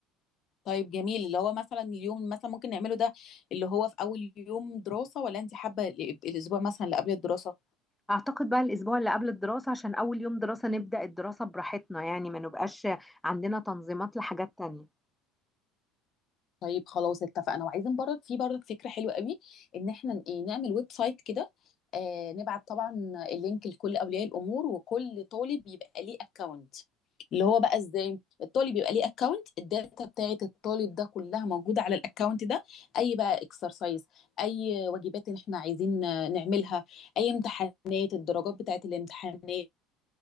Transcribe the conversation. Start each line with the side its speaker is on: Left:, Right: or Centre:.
Left: طيب جميل اللي هو مثلا اليوم مثلا ممكن نعمله ده اللي هو في اول يوم دراسة ولا انت حابة ال- الاسبوع مثلا اللي قبل الدراسة
Centre: اعتقد بقى الاسبوع اللي قبل الدراسة عشان اول يوم دراسة نبدأ الدراسة براحتنا يعني ما نبقاش عندنا تنظيمات لحاجات تانية
Left: طيب خلاص اتفقنا وعايزين برضك في برضك فكرة حلوة قوي ان احنا ايه نعمل ويب سايت كده آه نبعت طبعا اللينك لكل اولياء الامور وكل طالب يبقى ليه اكونت اللي هو بقى ازاي الطالب يبقى ليه اكونت الداتا بتاعه الطالب ده كلها موجودة على الاكونت ده اي بقى اكسرسايز اي واجبات ان احنا عايزين نعملها اي امتحانات الدرجات بتاعه الامتحانات